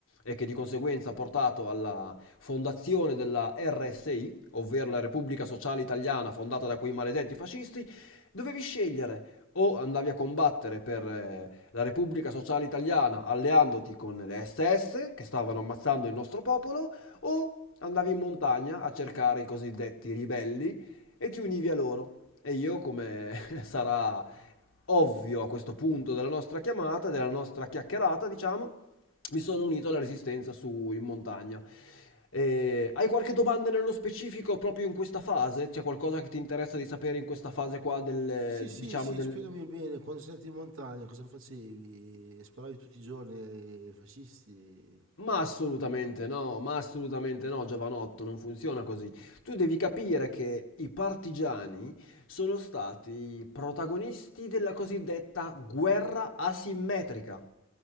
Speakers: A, on the left (about 90°); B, on the right (about 80°).
A: e che di conseguenza ha portato alla fondazione della RSI, ovvero la Repubblica Sociale Italiana fondata da quei maledetti fascisti, dovevi scegliere o andavi a combattere per eh, la Repubblica Sociale Italiana alleandoti con le SS che stavano ammazzando il nostro popolo, o andavi in montagna a cercare i cosiddetti ribelli e ti univi a loro. E io, come <laughs> sarà ovvio a questo punto della nostra chiamata, della nostra chiacchierata, diciamo, mi sono unito alla resistenza su in montagna. Eh, hai qualche domanda nello specifico proprio in questa fase? C'è qualcosa che ti interessa di sapere in questa fase qua del, eh,
B: Sì, sì,
A: diciamo,
B: sì,
A: del...
B: spiegami bene, quando sei andato in montagna cosa facevi? Sparavi tutti i giorni ai fascisti?
A: Ma assolutamente no, ma assolutamente no, giovanotto, non funziona così. Tu devi capire che i partigiani sono stati protagonisti della cosiddetta guerra asimmetrica.